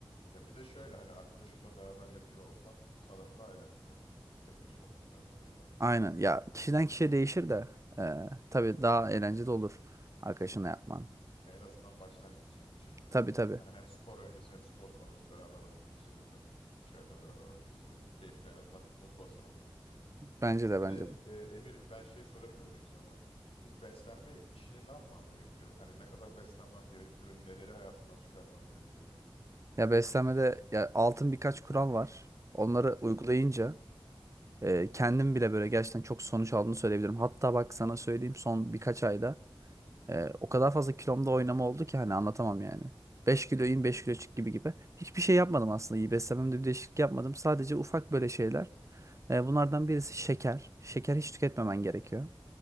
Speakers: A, on the left; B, on the right.
A: Ya bir de şöyle hani arkadaşımla beraber yapıyor olsam sanırım daha eğlenceli olur. Hani tek başıma olmaktan ziyade.
B: Aynen. Ya kişiden kişiye değişir de e, tabii daha eğlenceli olur arkadaşına yapman.
A: En azından başlangıç için.
B: Tabii tabii.
A: Hani hem spor öncesi hem spor sonrası beraber vakit geçirebilmek, içeride beraber vakit geçirebilmek keyifli en azından motivasyon olur gibi geliyor.
B: Bence de
A: Bir
B: bence
A: de
B: de.
A: e, Emir ben şey sorabilir miyim sana? Bu beslenme işini ne yapmam gerekiyor? Hani ne kadar beslenmem gerekiyor? Neleri hayatımdan çıkarmam gerekiyor?
B: Ya beslenmede ya altın birkaç kural var. Onları
A: Hı hı.
B: uygulayınca e, kendim bile böyle gerçekten çok sonuç aldığını söyleyebilirim. Hatta bak sana söyleyeyim son birkaç ayda e, o kadar fazla kilomda oynama oldu ki hani anlatamam yani. 5 kilo in 5 kilo çık gibi gibi. Hiçbir şey yapmadım aslında. İyi beslenmemde bir değişiklik yapmadım. Sadece ufak böyle şeyler. E, bunlardan birisi şeker. Şeker hiç tüketmemen gerekiyor.